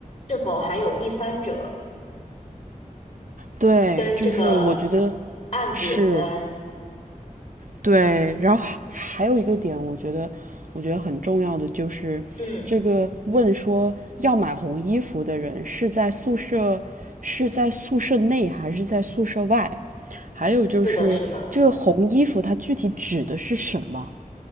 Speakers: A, on the left; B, on the right.
A: 是否还有第三者
B: 对，
A: 跟这个
B: 就是我觉得
A: 案子有关？
B: 是对。然后还还有一个点，我觉得我觉得很重要的就是这个问说要买红衣服的人是在宿舍是在宿舍内还是在宿舍外？
A: 嗯，
B: 还有就是这个红衣服它具体指的是什么？
A: 是的，是的，